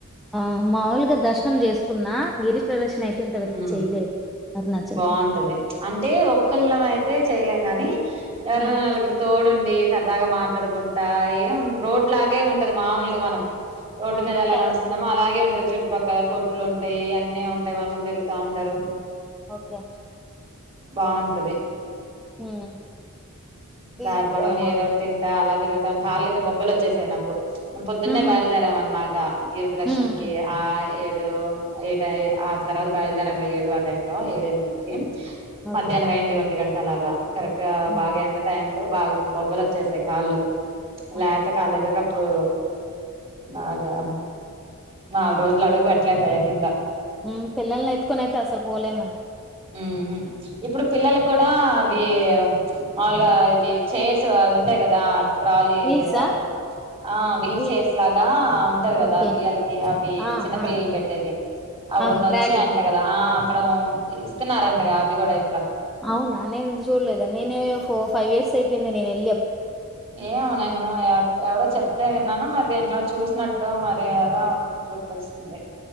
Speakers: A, in the centre; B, on the right.
A: ఆ మాముూలుగా దర్శనం చేసుకున్నా గిరి ప్రదక్షిణ అయితే ఇంతవరకు
B: హా
A: చేయలేదు అరుణాచలం
B: బాగుంటది అంటే ఒక్కళ్ళ అయితే చెయలే గని ఎవారయినా
A: హ్మ్
B: నలుగురు తోడుండీ సరదగా మా అక్కడకుంటా ఏం రోడ్లాగే ఉంటది మామూలుగా మనం రోడ్డు
A: ఆ
B: మీద
A: అంటే
B: అలా
A: అదే.
B: నడుస్తున్నాము అలాగే ఉంటాది చుట్టుపక్కల కొట్లు ఉంటాయి అన్నీ ఉంటాయి మనుషులు జరుగుతా ఉంటారు
A: ఒకే
B: బాగుంటది
A: హ్మ్
B: దారి
A: ఈ
B: పొడవునా
A: అమ్మా
B: ఏదో ఒకటి తింన్ చాలా తిరుగుతామ్ కాలైతే బొబ్బలు వచ్చేసాయి నాకు పొద్దున్నే
A: హ్మ్
B: బయలుదేరాం అన్మాట్ ఆ దీప్ దర్శన్
A: హ్మ్.
B: కి ఆ ఏ <unintelligible> అదేటది ఆ తర్వాత బయలుదేరాంలే ఏడు ఆ టైంలో ఏడేనిమీదిటికి
A: ఓకే
B: మధ్యాహ్నమైంది ఒంటి గంట్ అలాగా కరెక్గా బాగా
A: ఆ!
B: ఎండ టైమ్ తో బాగా బొబ్బలు వచ్చేసాయి కాళ్ళు ప్చ్
A: ఆహా!
B: లేత కాళ్లు ఎదురుగా ఇప్పుడు బాగా నాలుగు రోజులు అడుగు పెట్టలేకపోయా కిందా
A: మ్మ్ పిల్లల్ని ఎత్తుకొని అయితే అసలు పోలేమండి
B: హ్మ్ హు ఇప్పుడు పిల్లలకి కూడా అవి మాములుగా ఇవి చైర్స్ అవి ఉంటాయి కదా ట్రాలీ
A: వీల్సా
B: లాగా ఆ వీల్
A: వీల్స్
B: చైర్స్ లాగా ఉంటది కదా
A: ఓకే
B: పిల్లలకి అవి
A: ఆ
B: చిన్నపిల్లల్ని
A: ఆ
B: పెట్టేది అవ్ను
A: అవును ట్రాలీ
B: వచ్చాయి అంట కదా ఆ అక్కడ ఇస్త్ ఇస్తున్నారంటగా అవి కూడా ఇప్
A: అవునా నేను చూడలేదే నేను ఫోర్ ఫైవ్ ఇయర్స్ అయిపోయింది నేను వెళ్లి
B: ఏమో నేను ఎ ఎవరో చెప్తే విన్నాన మరి దేంట్లో చూసినట్ మొత్తం మరి ఎదో గుర్తొస్తుంది